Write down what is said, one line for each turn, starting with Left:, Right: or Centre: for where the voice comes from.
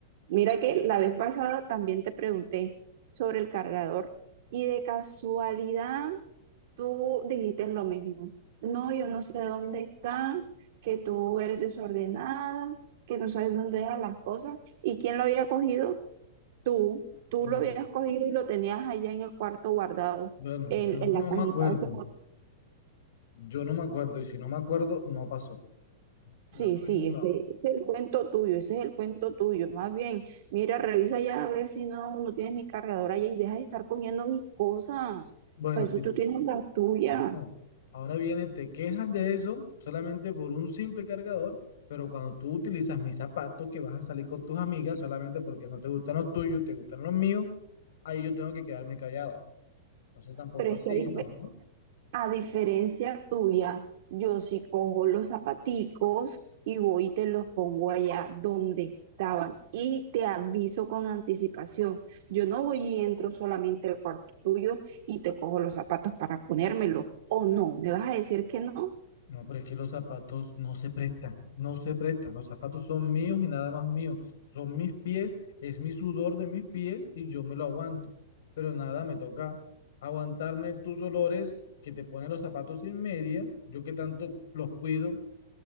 Right: Mira que la vez pasada también te pregunté sobre el cargador y de casualidad tú dijiste lo mismo. No, yo no sé dónde está, que tú eres desordenada, que no sabes dónde dejas las cosas. ¿Y quién lo había cogido? Tú. Tú
Left: pues
Right: lo habías cogido y lo tenías allá en el cuarto guardado,
Left: bueno,
Right: en,
Left: yo
Right: en
Left: no
Right: la cajita
Left: me acuerdo.
Right: de ese
Left: Yo no me acuerdo y si no me acuerdo, no pasó. Yo
Right: Sí,
Left: soy
Right: sí,
Left: una...
Right: ese ese es el cuento tuyo, ese es el cuento tuyo. Más bien, mira, revisa ya a ver si no, no tienes mi cargador allá y deja de estar cogiendo mis cosas.
Left: Bueno,
Right: Para eso
Left: mira.
Right: tú tienes las tuyas.
Left: No. Ahora viene, te quejas de eso solamente por un simple cargador, pero cuando tú utilizas mi zapato, que vas a salir con tus amigas solamente porque no te gustan los tuyos, te gustan los míos, ahí yo tengo que quedarme callado. Entonces tampoco
Right: Pero es
Left: así,
Right: que a, dif-
Left: ¿no?
Right: a diferencia tuya, yo sí cojo los zapaticos y voy y te los pongo allá donde estaban y te aviso con anticipación. Yo no voy y entro solamente al cuarto tuyo y te cojo los zapatos para ponérmelo. ¿O no? ¿Me vas a decir que no?
Left: No, pero es que los zapatos no se prestan, no se prestan. Los zapatos son míos y nada más míos. Son mis pies, es mi sudor de mis pies y yo me lo aguanto. Pero nada, me toca aguantarme tus olores que te ponen los zapatos sin media, yo que tanto los cuido.